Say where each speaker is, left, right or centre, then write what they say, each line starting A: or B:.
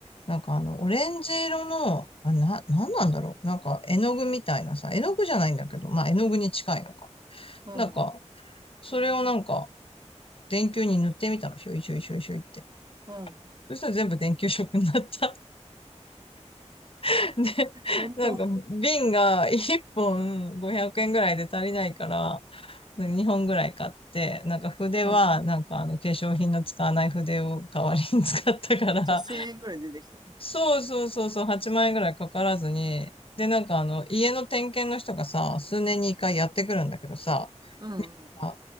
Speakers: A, on the left (about 50°); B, on the right (about 35°).
A: なんかあの、オレンジ色の、あ、な、なんなんだろう。なんか絵の具みたいなさ、絵の具じゃないんだけど、まあ絵の具に近いのか。
B: うん、
A: なんか、それをなんか、電球に塗ってみたの、しょいしょいしょいしょいって。
B: うん。
A: そしたら全部電球色になった。<laughs> で、
B: ほんと
A: なんか瓶が1本500円ぐらいで足りないから、2本ぐらい買って、なんか筆は、
B: うん。
A: なんかあの化粧品の使わない筆を代わりに使ったから、
B: じゃあ1000円ぐらい出てきたね。
A: そうそうそうそう、8万円ぐらいかからずに、で、なんかあの、家の点検の人がさ、数年に一回やってくるんだけどさ、
B: うん、
A: 見てあ、
B: うん。